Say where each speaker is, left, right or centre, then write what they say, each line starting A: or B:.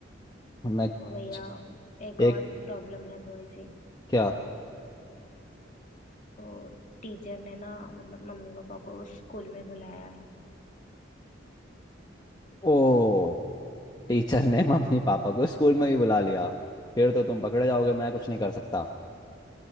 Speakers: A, on the left; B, on the left.
A: मैं
B: और भैया
A: छ-
B: एक
A: एक
B: और प्रॉब्लम है थोड़ी सी
A: क्या
B: तो टीचर ने ना मतलब मम्मी पापा को स्कूल में बुलाया है
A: ओ टीचर ने मम्मी पापा को स्कूल में ही बुला लिया फिर तो तुम पकड़े जाओगे मैं कुछ नहीं कर सकता